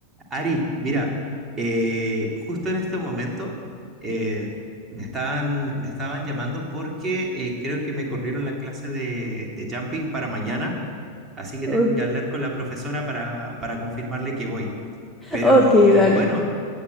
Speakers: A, on the right (about 20°); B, in the centre.
A: Ari, mira, eh, justo en este momento eh, me estaban, me estaban llamando porque eh, creo que me corrieron la clase de, de jumping para mañana, así que
B: Ok,
A: tengo que hablar con la profesora para, para confirmarle que voy. Pero
B: ok, dale.
A: bueno,